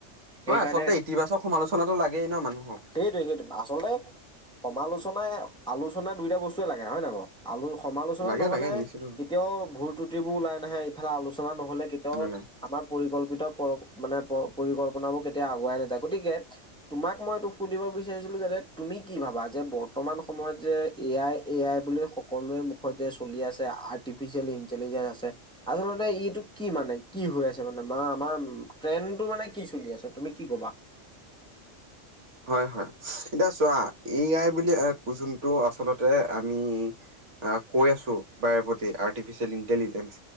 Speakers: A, in the centre; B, on the right.
A: সেইকাৰণে
B: হয় আচলতে ইতিবাচক সমালোচনাটো লাগেই ন মানুহক
A: সেইটোৱে সেইটো আচলতে সমালোচনাই আলোচনা দুইটা বস্তুৱে লাগে হয় নে নহয় বাৰু। আলো সমালোচনা
B: লাগে
A: নহ'লে
B: লাগে নিশ্চিত
A: কেতিয়াও ভুল ত্ৰুটিবোৰ ওলাই নাহে ইফালে আলোচনা নহলে কেতিয়াও
B: নোলায়
A: আমাৰ পৰিকল্পিত পৰ মানে প পৰিকল্পনাবোৰ কেতিয়া আগুৱাই নাযায় গতিকে তোমাক মই এইটো সুধিব বিচাৰিছিলো যাতে তুমি কি ভাবা যে বৰ্তমান সময়ত যে এ আই এ আই বুলি সকলোৰে মুখত যে চলি আছে আৰ্টিফিচিয়েল ইণ্টেলিজেঞ্চ আছে। আচলতে ইটো কি মানে কি হৈ আছে মানে আমা আমাৰ ট্ৰেণ্ডটো মানে কি চলি আছে তুমি কি কবা?
B: হয় হয় এতিয়া চোৱা এ আই বুলি যোনটো আচলতে আমি আহ কৈ আছো বাৰে প্ৰতি আৰ্টিফিচিয়েল ইণ্টেলিজেন্ঞ্চ।